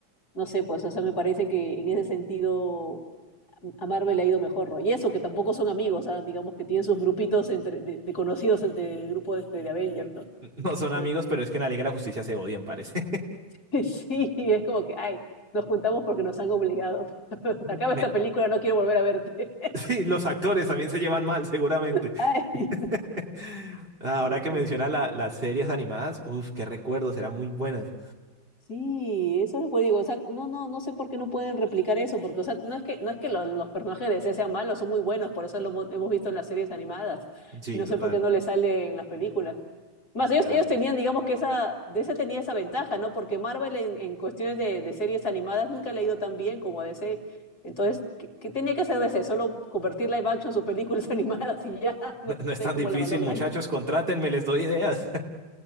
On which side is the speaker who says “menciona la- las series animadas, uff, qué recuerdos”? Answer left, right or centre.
Right